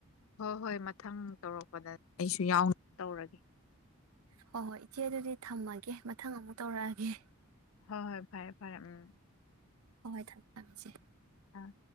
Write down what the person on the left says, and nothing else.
ꯍꯣ ꯍꯣꯏ ꯃꯊꯪ ꯇꯧꯔꯛꯄꯗ ꯑꯩꯁꯨ ꯌꯥꯎꯅ ꯇꯧꯔꯒꯦ
ꯍꯣꯏ ꯍꯣꯏ ꯐꯔꯦ ꯐꯔꯦ ꯎꯝ
ꯑꯥ